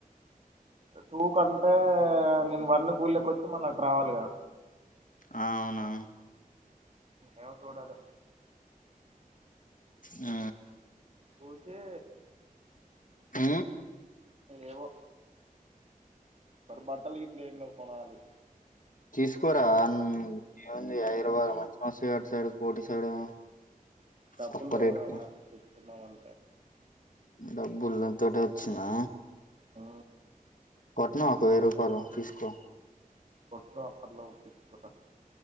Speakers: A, on the right; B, on the left.
A: తూ క అంటే నేను వర్ణ కూళ్ళక వచ్చి మళ్ళీ అటు రావాలిగా
B: ఆ అవునా
A: ఏవ చూడాల
B: ఆ
A: ఊసే
B: ఆ
A: ఏవో బట్టలు గిట్ల కొనాలి
B: తీసుకోరా ఏముంది హైదరాబాద్ మధన శ్రీట్ సైడ్ కోటి సైడ్ ఏమో
A: డప్పుల్లో
B: తక్కువ రేట్
A: రామ
B: కి
A: చెప్కుందామం
B: డబ్బుల తటి వచ్చినా
A: ఆ
B: కోట్న ఒక వెయ్యి రూపాయలు తీసుకో
A: కొట్ వాపర్లో ఉంట తీసుకు